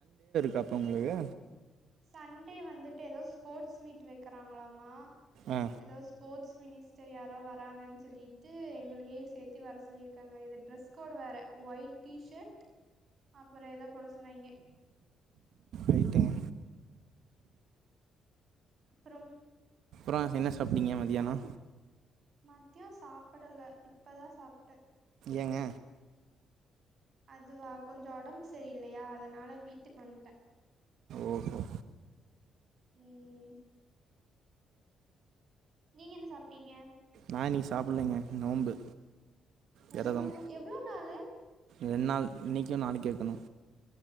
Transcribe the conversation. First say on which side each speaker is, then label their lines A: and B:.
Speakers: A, on the right (about 75°); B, on the right (about 50°).
A: கப்ப உங்களுக்கு
B: சண்டே வந்துட்டு ஏதோ ஸ்போர்ட்ஸ் மீட் வெக்கிறாங்களாமா
A: ஆ
B: எதோ ஸ்போர்ட்ஸ் மினிஸ்டர் யாரோ வராங்கன் சொல்லிட்டு எங்களையு சேத்தி வர சொல்லிருக்காங்க இத டிரெஸ் கோடு வேற ஒயிட் டி ஷர்ட் அப்பற ஏதோ போட சொன்னாய்ங்க
A: ரைட்டுங்க
B: அப்பறம்
A: அப்பற என்ன சாப்ட்டிங்க மதியான
B: மதிய சாப்படல இப்பதா சாப்ட்ட
A: ஏங்க
B: அதுவா கொஞ்ச ஒடம்பு செரியில்லையா அதனால வீட்டுக்கு வந்துட்ட
A: ஓஹோ
B: ம் நீங்க என்ன சாப்ட்டிங்க
A: நா இன்னைக்கு சாப்பிடலைங்க நோம்பு விரதம்
B: ஓ எவ்ளோ நாளு
A: ரெண்டு நாள் இன்னிக்கு நாளைக்கு வெக்கணு